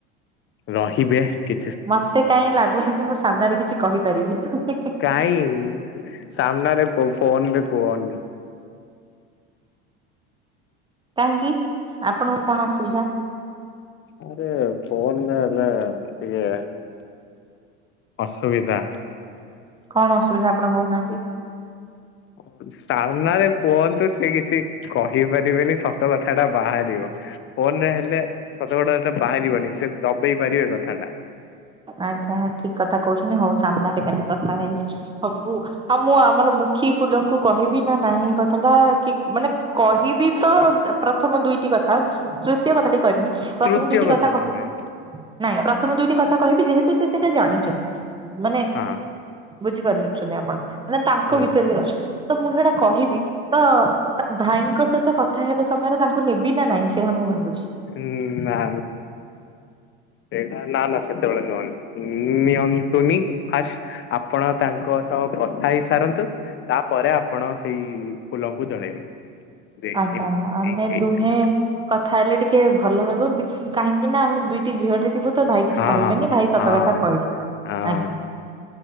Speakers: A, on the left (about 40°); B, on the right (about 15°).
A: ରହିବେ କି
B: ମତେ କାହିଁ ଲାଗୁନାହିଁ ମୁଁ ସାମ୍ନାରେ କିଛି କହିପାରିବି।
A: କାଇଁ ସାମ୍ନାରେ କୁହ ଫୋନରେ କୁହନି।
B: କାହିଁକି ଆପଣଙ୍କୁ କଣ ଅସୁବିଧା?
A: ଆରେ ଫୋନରେ ଏବେ ଟିକେ ଅସୁବିଧା।
B: କଣ ଅସୁବିଧା ଆପଣ କହୁନାହାନ୍ତି।
A: ହ <inaudible> ସାମ୍ନାରେ କୁହନ୍ତୁ ସେ ସେଇଛି କହିପାରିବେନି ସତ କଥା ଟା ବାହାରିବ। ଫୋନ ରେ ହେଲେ ସତ କଥାଟା ବାହାରିବନି ସେ ଦବେଇ ପାରିବେ କଥାଟା।
B: ଆଜ୍ଞା ଠିକ କଥା କହୁଛନ୍ତି ହଉ ସାମ୍ନାାରେେ ଖାଲି କଥା ହେଇ ହବୁ ଆଉ ମୁଁ ଆମର ମୁଖୀ ଫୁଲଙ୍କୁ କହିବି ନା ନାଇଁ କଥା ଟା କି ମାନେ କହିବି ତ ପ୍ରଥମ ଦୁଇଟି କଥା ତୃତୀୟ କଥା ଟି କହିବିନି।
A: ତୃତୀୟ
B: ପ୍ରଥମେ ଦୁଇଟି
A: କଥାଟି
B: କଥା କହେ
A: ନାହିଁ
B: ନାଇଁ ପ୍ରଥମ ଦୁଇଟି କଥା କହିବି ଯେହେତୁ ସେ ସେଇଟା ଜାଣିଛନ୍ତି ମାନେ
A: ହଁ
B: ବୁଝିପାରିଲୁ ସୁନି ଆପଣ ମେ ତାଙ୍କ
A: ହୁଁ
B: ବିଷୟରେ ତ ମୁଁ ସେଇଟା କହିବି ତ ଭାଇଙ୍କ ସହିତ କଥା କଥା ହେବା ସମୟରେ ତାଙ୍କୁ ନେବି ନା ନାଇଁ ସେ ମୁଁ ଭାବୁଛି।
A: ହୁଁ ବା ସେଇଟା ନା ନା ସେତେବେଳେ ନୁହନ ନିଅନ୍ତୁନି ଫାଷ୍ଟ ଆପଣ ତାଙ୍କ ସହ କଥା ହେଇ ସାରନ୍ତୁ ତାପରେ ଆପଣ ସେଇ ଫୁଲଙ୍କୁ ଜଳେଇବେ ଯେ
B: ଆଜ୍ଞା
A: ଏମିତି
B: ଆ୍ା ଆମେ
A: ହେଇଥିଲା
B: ଦୁହେଁ କଥା ହେଲେ ଟିକେ ଭଲ ହବ କାହିଁକି ନା ଆମେ ଦୁଇଟି ଝିଅଟେ ଥିବ ତ ଭାଇ କିଛି
A: ହଁ
B: କହିବେନି ଭାଇ ସତ
A: ହଁ
B: କଥା
A: ହଁ।
B: କହିବି
A: ହଁ
B: ଆଜ୍ଞା।